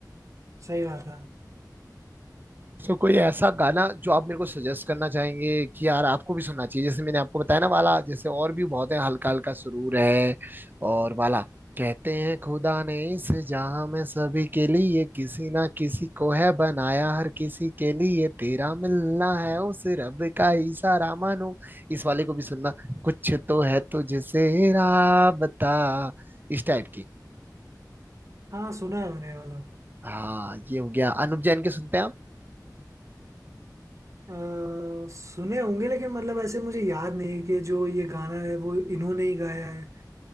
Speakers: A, on the right; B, on the right.
A: सही बात है
B: तो कोई ऐसा गाना जो आप मेरे को सजेस्ट करना चाहेंगे कि यार आपको भी सुनना चाहिए जैसे मैंने आपको बताया ना वाला जैसे और भी बहुत है हल्का हल्का सुरूर है और वाला कहते हैं खुदा ने इस जहां में सभी के लिए किसी ना किसी को है बनाया हर किसी के लिए तेरा मिलना है उस रब का इशारा मानो इस वाले को भी सुनना कुछ तो है तुझसे राबता इस टाइप की
A: हाँ सुना है मैंने ये वाला
B: हाँ ये हो गया अनुप जैन के सुनते हैं
A: अ, सुने होंगे लेकिन मतलब ऐसे मुझे याद नहीं है कि जो ये गाना है वो इन्होंने ही गाया है